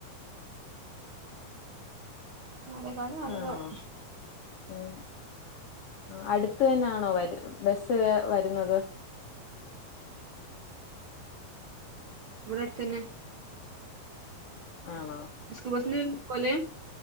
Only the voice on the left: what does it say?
ആണോ ഉം ആഹ് അടുത്തന്നാണോ വര് ബസ്സ് വരുന്നത്
ആണോ